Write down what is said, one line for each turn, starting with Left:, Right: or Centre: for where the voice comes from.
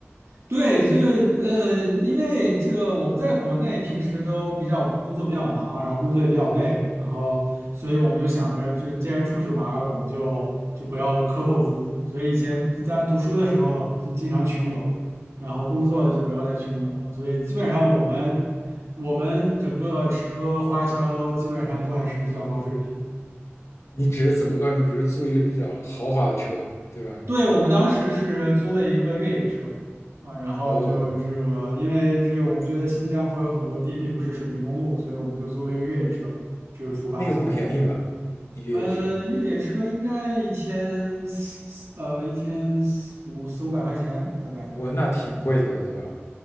Right: 对，就是呃，因为这个我们在国内平时都比较工作比较忙，然后工作也比较累，然后所以我们就想着，就是既然出去玩儿，我们就就不要克扣自己。所以以前在读书的时候就经常穷游，然后工作了就不要再穷游了。所以基本上我们我们整个吃喝花销基本上都还是比较高水平。
Left: 你指的怎么个？比如租一个比较豪华的车，对吧？
Right: 对，我们当时是租了一个越野车啊，然后就这个，
Left: 哦，
Right: 因为这个我们觉得新疆会有很多地并不是水泥公路，所以我们就租了一个越野车，这个出发从
Left: 那个不便宜吧？那越野车，
Right: 呃越野车应该一天四呃一天四五四五百块钱大概，
Left: 我那挺贵的了，对吧？